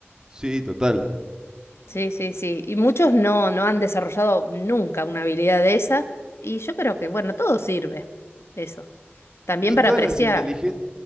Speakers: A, on the right; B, on the left.
A: Sí, total.
B: Sí, sí, sí. Y muchos no, no han desarrollado nunca una habilidad de esa. Y yo creo que, bueno, todo sirve eso. También
A: Y
B: para
A: todas
B: apreciar.
A: las inteligencias...